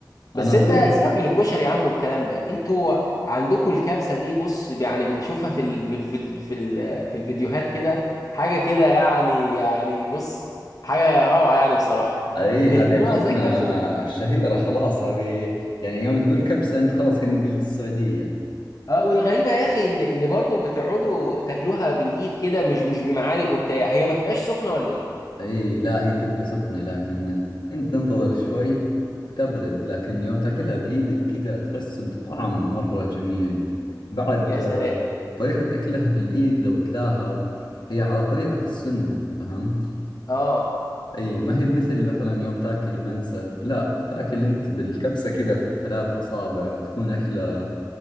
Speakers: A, on the left; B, on the left.
A: بس
B: أنا أشوف
A: انت سيبك من الكشري يا عم والكلام ده انتوا عندكم الكبسة دي بص يعني بنشوفها في ال... في ال... في ال... في, ال... في الفيديوهات كده حاجة كده يعني يعني بص حاجة روعة يعني بصراحة
B: اي
A: بتعملوها
B: هذه اكلتنا
A: ازاي الكبسة دي
B: الشهيرة خلاص هذه يعني يوم تقول كبسة انت خلاص كأنك قلت السعودية
A: اه والغريبه يا اخي ان ان برضه بتقعدوا تاكلوها بالايد كده مش مش بمعالق وبتاع هي ما تبقاش سخنه ولا ايه
B: اي لا هي تبقى سخنة لكن انت تنتظر شوي وتبرد لكن يوم تاكلها بايدك كذا تحس بطعم مرة جميل بعد
A: يا سلام
B: آه، طريقة اكلها في الايد لو تلاحظ هي على طريقة السنة فهمت
A: اه
B: اي ما هي بمثل مثلا يوم تاكل منسف لا تاكل انت بالكبسة كذا في ثلاث اصابع تكون اكلة